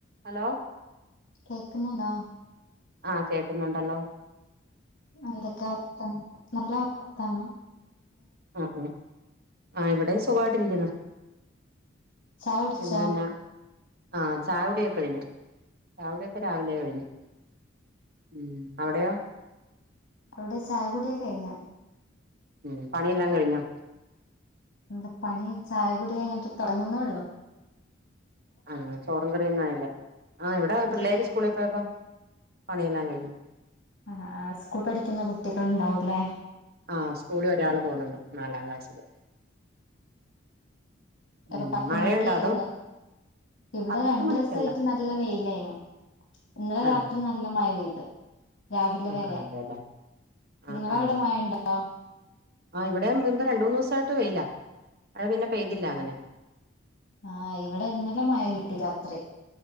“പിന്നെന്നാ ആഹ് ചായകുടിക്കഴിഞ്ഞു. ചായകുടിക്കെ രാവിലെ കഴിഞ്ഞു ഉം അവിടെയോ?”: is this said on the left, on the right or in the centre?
Right